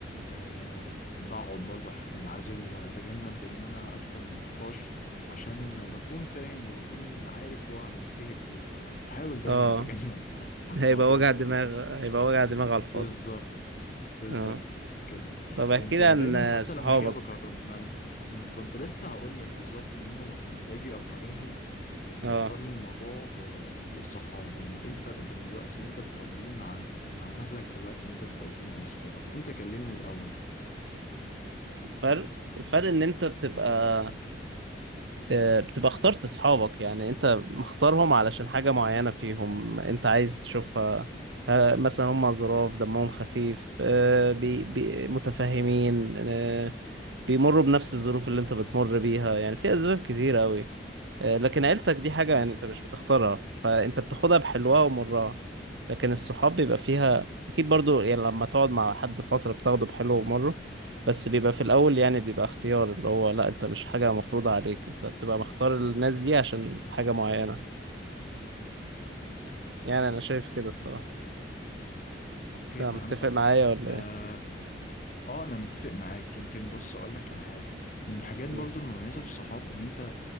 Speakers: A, on the left; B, on the right.
A: آه بقعد برضو أحب أنعزل وأتجنب إن أنا أدخل نقاش عشان بكون فاهم وبكون عارف هو هينتهي بإيه فبحاول دايما
B: اه
A: أتجنب <laughs> موضوع
B: هيبقى وجع
A: زي
B: دماغ
A: ده
B: هيبقى وجع دماغ على الفاضي
A: بالظبط بالظبط
B: اه
A: كده
B: طب احكي
A: يمكن
B: لي عن
A: دايما
B: آه،
A: حتى
B: صحابك
A: لما اجي بقارن ما أنا- م، كنت لسه هقول لك بالظبط ان انا لما باجي اقارنهم يعني
B: اه
A: بقارن الموضوع ب- بالصحاب يعني ايه الفرق بين الوقت اللي انت بتقضيه مع مع اهلك والوقت اللي انت بتقضيه مع اصحابك انت كلمني الاول يعني
B: الفرق الفرق ان انت بتبقى آه، بتبقى اخترت صحابك يعني انت مختارهم علشان حاجة معينة فيهم انت عايز تشوفها آه، مثلا هم ظراف دمهم خفيف آه، بي بي متفهمين آه، بيمروا بنفس الظروف اللي انت بتمر بيها يعني في اسباب كتيرة قوي آه، لكن عيلتك دي حاجة
A: مهم.
B: يعني انت مش بتختارها فانت بتاخدها بحلوها ومرها لكن الصحاب بيبقى فيها اكيد برضو يعني لما تقعد مع حد فترة بتاخده بحلو ومره بس بيبقى في الاول يعني بيبقى اختيار اللي هو لا انت مش حاجة مفروضة عليك انت بتبقى مختار الناس دي عشان حاجة معينة يعني انا شايف كده الصراحة
A: اوكي
B: انت
A: فهمتك
B: متفق معايا ولا
A: اه
B: ايه؟
A: آه، انا متفق معاك يمكن بص اقول لك على حاجه من الحاجات
B: مم.
A: برضو المميزه في الصحاب ان انت